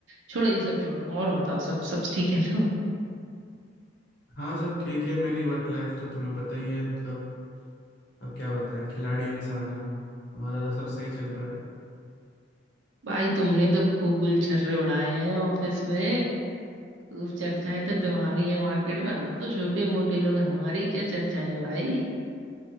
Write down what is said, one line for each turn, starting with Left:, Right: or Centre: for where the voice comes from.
Right: छोड़ो ये सब छोड़ो और बताओ सब सब ठीक है तो
Left: हाँ सब ठीक है मेरी वर्क लाइफ तो तुम्हें पता ही है मतलब अब क्या बताएं खिलाड़ी इंसान है हम हमारा तो सब सही चल रहा है
Right: भाई तुमने तो खूब गुलछर्रे उड़ाए हैं ऑफिस में खूब चर्चाएं तो तुम्हारी है मार्केट में हम तो छोटे मोटे लोग हमारी क्या चर्चाएं भाई